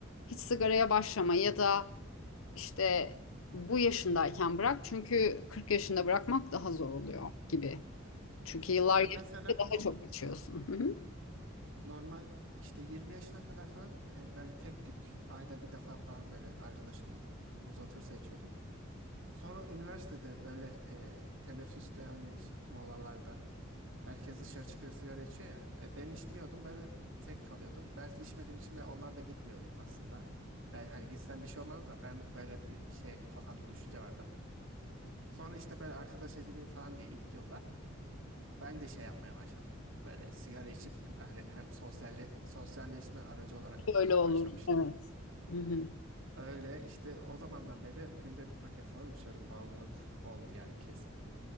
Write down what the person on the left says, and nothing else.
hiç sigaraya başlama ya da işte bu yaşındayken bırak çünkü 40 yaşında bırakmak daha zor oluyor gibi. Çünkü yıllar
geçtikçe
daha çok içiyorsun. Hı hı.
Öyle olur.
Evet. Hı hı.